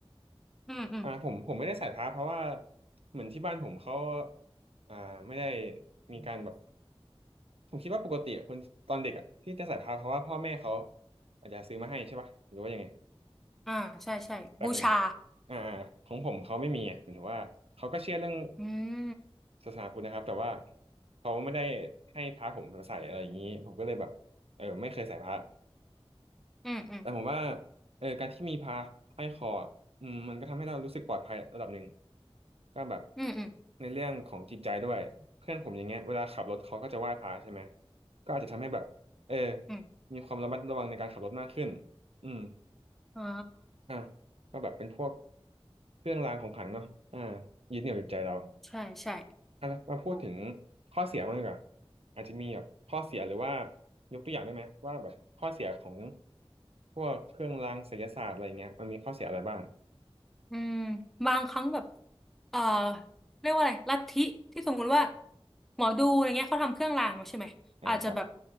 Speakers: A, in the centre; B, on the right (about 75°).
A: อืมอืม
B: อ่าผมผมไม่ได้ใส่พระเพราะว่าเหมือนที่บ้านผมเขาอ่าไม่ได้มีการแบบ ผมคิดว่าปกติคนตอนเด็กอ่ะที่จะใส่พานเพราะว่าพ่อแม่เขาอาจจะซื้อมาให้ใช่ป่ะหรือว่ายังไง
A: อ่าใช่ใช่บูชา
B: แต่ของอ่าของผมเขาไม่มีอ่ะหมายถึงว่าเขาก็เชื่อเรื่อง
A: อืม
B: ศาสนาพุทธนะครับแต่ว่าเขาไม่ได้ให้พระผมใส่อะไรอย่างนี้ผมก็เลยแบบเออไม่เคยใส่พระ
A: อืมอืม
B: แต่ผมว่าเออการที่มีพระห้อยคออะอืมมันก็ทำให้เรารู้สึกปลอดภัยระดับหนึ่งก็แบบ
A: อืมอืม
B: ในเรื่องของจิตใจด้วยเพื่อนผมอย่างเงี้ยเวลาขับรถเขาก็จะไหว้พระใช่ไหมก็อาจจะทำให้แบบเออ
A: อืม
B: มีความระมัดระวังในการขับรถมากขึ้นอืม
A: อ๋อ
B: อ่ะก็แบบเป็นพวกเครื่องรางของขลังเนาะอ่ายึดเหนี่ยวจิตใจเรา
A: ใช่ใช่
B: อ่ะมาพูดถึง
A: โห
B: ข้อเสียบ้างดีกว่าอาจจะมีแบบข้อเสียหรือว่ายกตัวอย่างได้ไหมว่าแบบข้อเสียของพวกเครื่องรางไสยศาสตร์อะไรเงี้ยมันมีข้อเสียอะไรบ้าง
A: อืมบางครั้งแบบเอ่อเรียกว่าอะไรลัทธิที่สมมุติว่าหมอดูอะไรเงี้ยเขาทำเครื่องรางมาใช่ไหม
B: อ่าครับ
A: อาจจะแบบ